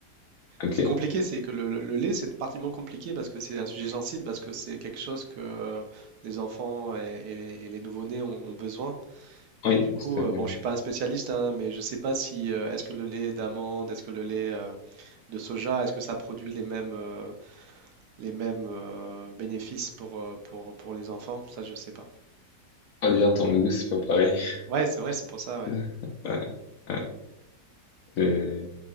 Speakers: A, on the left (about 65°); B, on the right (about 75°).
A: ok.
B: C'est compliqué, c'est que le, le- le lait, c'est particulièrement compliqué parce que c'est un sujet sensible, parce que c'est quelque chose que euh, les enfants et, et les, et les nouveau-nés ont, ont besoin.
A: Oui,
B: Et du coup,
A: tout à
B: euh,
A: fait.
B: bon, je suis pas un spécialiste, hein, mais je sais pas si euh, est-ce que le lait d'amande, est-ce que le lait euh, de soja, est-ce que ça produit les mêmes, euh, les mêmes euh, bénéfices pour, euh, pour, pour les enfants, ça je sais pas.
A: Ah, déjà, en termes de goût, c'est pas pareil. <laughs>
B: Ouais, c'est vrai, c'est pour ça, ouais.
A: Ouais, ouais, c'est-